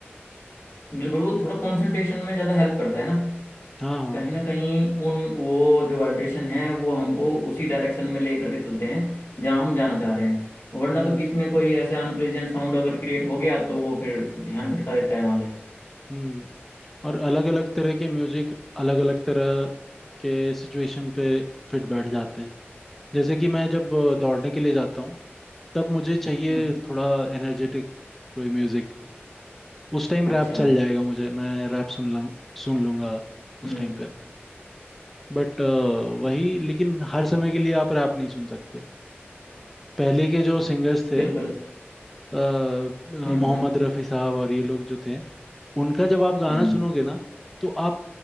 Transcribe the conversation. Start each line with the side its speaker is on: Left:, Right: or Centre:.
Left: बिल्कुल वो थोड़ा कंसंट्रेशन में ज़्यादा हेल्प करता है ना
Centre: हाँ हाँ
Left: कहीं ना कहीं उन वो जो वाइब्रेशन है वो हमको उसी डायरेक्शन में ले करके चलते हैं जहाँ हम जाना चाह रहे हैं वरना
Centre: हम्म
Left: तो बीच में कोई ऐसा अनप्लेजेंट साउंड अगर क्रिएट हो गया तो वो फिर ध्यान भटका देता है वहां से
Centre: हम्म और अलग अलग तरह के म्यूजिक अलग अलग तरह के सिचुएशन पे फिट बैठ जाते हैं जैसे कि मैं जब अ, दौड़ने के लिए जाता हूँ तब मुझे चाहिए
Left: हम्म
Centre: थोड़ा एनर्जेटिक कोई म्यूजिक उस टाइम रैप
Left: अच्छा
Centre: चल जाएगा मुझे मैं रैप सुन लूँ सुन लूंगा उस
Left: हम्म
Centre: टाइम पे बट वही लेकिन हर समय के लिए आप रैप नहीं सुन सकते हो पहले के जो सिंगर्स थे
Left: बिल्कुल
Centre: अ, अ,
Left: हम्म
Centre: मोहम्मद
Left: हम्म
Centre: रफ़ी साहब और ये लोग जो थे उनका जब आप गाना
Left: हम्म
Centre: सुनोगे ना तो आप